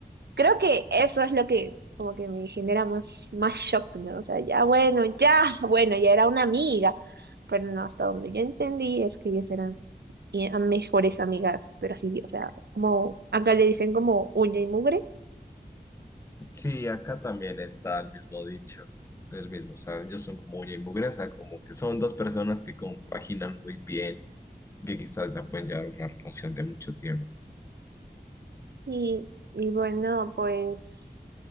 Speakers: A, on the right; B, on the left.
A: Creo que eso es lo que como que me genera más, más shock, ¿no? O sea, ya bueno, ya <laughs> bueno, ya era una amiga, pero no, hasta donde yo entendí es que ellas eran i- a- mejores amigas, pero sí, o sea, como acá le dicen como uña y mugre,
B: Sí, acá también está el mismo dicho, el mismo, o sea, ellos son como uña y mugreza, como que son dos personas que compaginan muy bien, que quizás ya pueden llevar una relación de mucho tiempo.
A: y, y bueno, pues,